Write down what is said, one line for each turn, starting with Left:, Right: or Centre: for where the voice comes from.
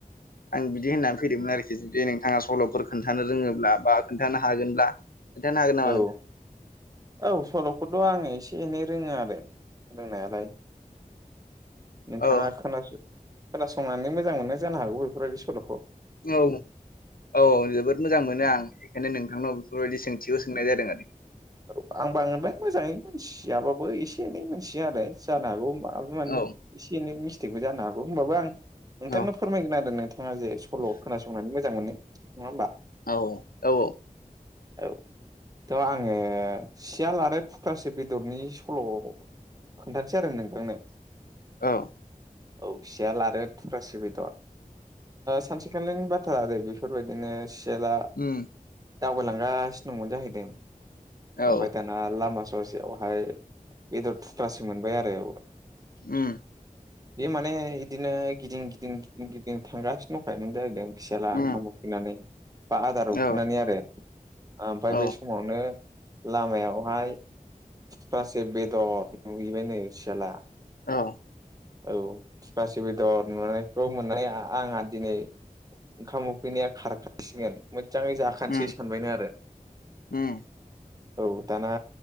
Left: आं बिदि होननानै फैदोंमोन आरोखि जुदि नोंथाङा सल'फोर खोन्थानो रोङोब्ला बा खोन्थानो हागोनब्ला खिनथानो हागोन नामा
Right: औ
Left: नोंथां
Right: औ सल'खौथ' आङो एसे एनै रोङो आरो रोंनायालाय नोंथाङा
Left: औ
Right: खोनासंनानै मोजां मोनो जानो हागौ बेफोरबायदि सल'खौ
Left: औ औ जोबोद मोजां मोनो आं बेखायनो नोंथांनाव बेफोरबायदि सों थिखौ सोंनाय जादों आरो
Right: औ आं बांद्राय मोजाङै मिथियाबाबो एसे एनै मोनथिया आरो जानो हागौ माबा माबि
Left: औ
Right: एसे एनै मिस्टेकबो जानो हागौ होमबाबो आं नोंथांनो
Left: औ
Right: फोरमायगोन आरो नोंथाङा जे सल' खोनासंनानै मोजां मोनो नङा होमबा
Left: औ औ
Right: औ थ आं आङो सियाल आरो थुख्रासो बेदरनि सल' खोन्थानोासै आरो नोंथांनो
Left: औ
Right: औ सियाल लारो आरो थुख्रासे बेदर सानसेखालिनि बाथ्रा आरो बेफोरबायदिनो सियाला
Left: उम
Right: दावबायलांगासिनो दंमोन जाहैदों
Left: औ
Right: ओमफाय दाना लामा ससेयावहाय बेदर थुथ्लासे मोनबाय आरो औ
Left: उम
Right: बे माने इदिनो गिदिं गिदिं गिदिं गिदिं थांगासिनो दंखायोमोन जाहैदों सियाला
Left: उम
Right: ओंखाम उखैनानै बा आदार उखैनानै
Left: औ
Right: आरो ओमफाय
Left: औ
Right: बे समावनो लामायावहाय थु्ख्रासे बेदर नुहैबाय नो सियाला
Left: औ
Right: औ थुख्रासे बेदर नुनायखौ मोननाय आंहा दिनै ओंखाम उखैनाया खारखासिगोन मोजाङै जाखानोसै
Left: उम
Right: सानबायनो आरो
Left: उम
Right: औ दाना